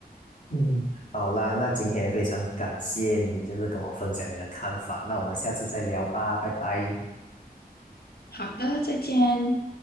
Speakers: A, on the left; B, on the left.
A: 嗯，好啦，那今天也非常感谢你，就是跟我分享你的看法，那我们下次再聊吧，拜拜。
B: 好的，再见。